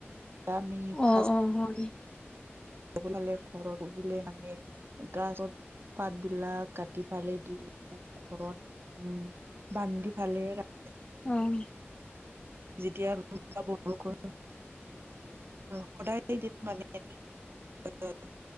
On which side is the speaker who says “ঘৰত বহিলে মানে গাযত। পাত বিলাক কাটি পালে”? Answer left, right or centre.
Right